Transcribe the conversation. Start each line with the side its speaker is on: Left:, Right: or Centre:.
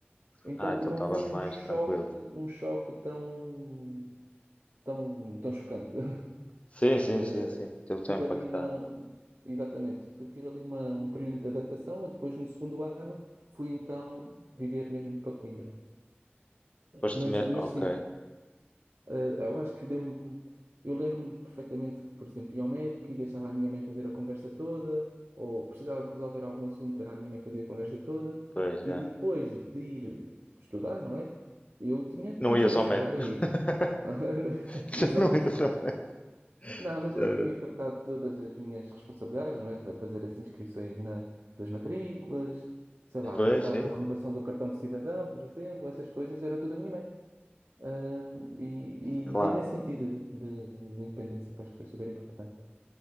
Right: Então,
Left: Ah, então
Right: não
Left: estavas
Right: foi
Left: mais
Right: um choque,
Left: tranquilo.
Right: um choque tão, tão, tão chocante. <laughs>
Left: Sim, sim,
Right: Eh,
Left: sim, sim. Teve tempo
Right: tive ali
Left: para que
Right: uma, exatamente, tive ali uma, um período de adaptação. e Depois, no segundo ano, fui então viver mesmo para Coimbra.
Left: Foste
Right: Mas,
Left: me...
Right: mas
Left: Ok,
Right: sim, Ah, eu acho que deu-me. Eu lembro-me perfeitamente que, por exemplo, ia ao médico e deixava a minha mãe fazer a conversa toda, ou precisava de resolver algum assunto, era a minha mãe que fazia a conversa toda,
Left: pois
Right: e
Left: já.
Right: depois de ir estudar, não é? Eu tinha que
Left: Não
Right: me
Left: ias
Right: desenrascar
Left: ao médico.
Right: e.
Left: <laughs>
Right: <laughs> Exato.
Left: Já não ias ao médico.
Right: Não, mas
Left: Já
Right: eu é
Left: era-
Right: que tinha que tratar de todas as minhas responsabilidades, não é? A fazer as inscrições na- das matrículas, sei lá,
Left: Pois,
Right: tratar
Left: sim,
Right: da renovação
Left: sim.
Right: do cartão de cidadão, por exemplo, essas coisas, era tudo a minha mãe. Ahm, e,
Left: Claro,
Right: e é nesse sentido de, de- de independência que eu acho que foi super importante.